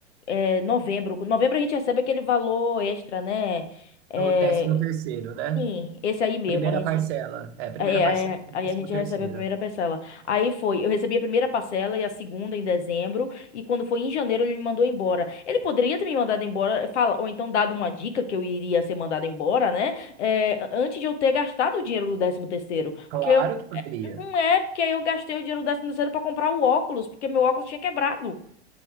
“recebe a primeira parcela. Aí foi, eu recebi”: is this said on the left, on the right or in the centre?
Left